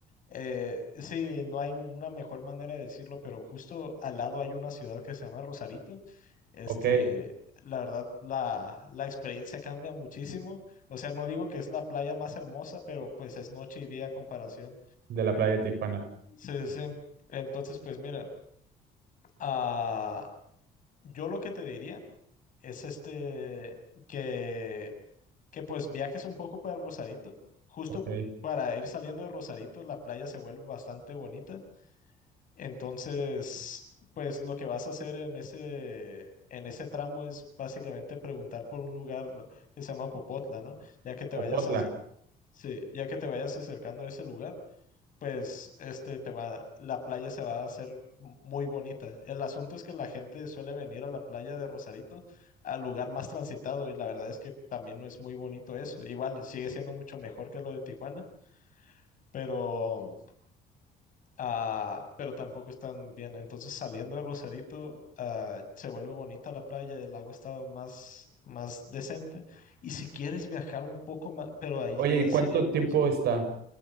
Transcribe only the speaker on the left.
Eh, sí, no hay una mejor manera de decirlo, pero justo al lado hay una ciudad que se llama Rosarito. Este,
la verdad, la, la experiencia cambia muchísimo. O sea, no digo que es la playa más hermosa, pero pues es noche y día a comparación.
Sí, sí, sí. Entonces, pues mira, ah, yo lo que te diría es este, que, que pues viajes un poco para Rosarito. Justo
para ir saliendo de Rosarito, la playa se vuelve bastante bonita. Entonces, pues lo que vas a hacer en ese, en ese tramo es básicamente preguntar por un lugar que se llama Popotla, ¿no? Ya que te vayas
a, sí, ya que te vayas acercando a ese lugar, pues este te va, la playa se va a hacer m- muy bonita. El asunto es que la gente suele venir a la playa de Rosarito, al lugar más transitado, y la verdad es que también no es muy bonito eso. Igual sigue siendo mucho mejor que lo de Tijuana, pero Ah, pero tampoco están bien. Entonces, saliendo de Rosarito, ah, se vuelve bonita la playa, el agua está más, más decente. Y si quieres viajar un poco más, pero ahí
ya
serían
unas.